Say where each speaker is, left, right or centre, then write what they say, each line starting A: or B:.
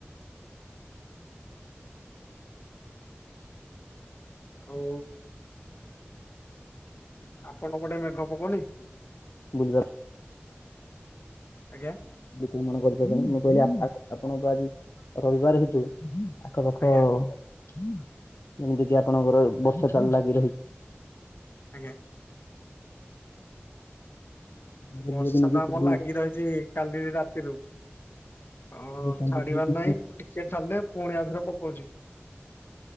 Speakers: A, on the left (about 55°); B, on the left (about 75°).
A: ଆଉ ଆପଣଙ୍କ ପଟେ ମେଘ ପକଉନି?
B: ବୁଝିବା
A: ଆଜ୍ଞା?
B: <unintelligible> ମୁଁ କହିଲି, ଆପଣଙ୍କର ଆଜି ରବିବାର ହେତୁ ଆଖ ପାଖ
A: ଆଜ୍ଞା
B: ଯେମିତି କିି ଆପଣଙ୍କର ବର୍ଷା। <unintelligible>
A: ଆଜ୍ଞା।
B: ସୌନ୍ଦର୍ଯ୍ୟକୁ
A: ବର୍ଷା
B: ନେଇକି
A: ତ
B: କୋଉଠି
A: ଆମର ଲାଗି ରହିଛି କାଲି ରାତିରୁ। ଅ
B: ସୌନ୍ଦର୍ଯ୍ୟକୁ
A: ଛାଡିବାର
B: ନେଇକି
A: ନାହିଁ। ଟିକେ ଛାଡ଼ିଲେ ପୁଣି ଆଉଥରେ ପକଉଚି।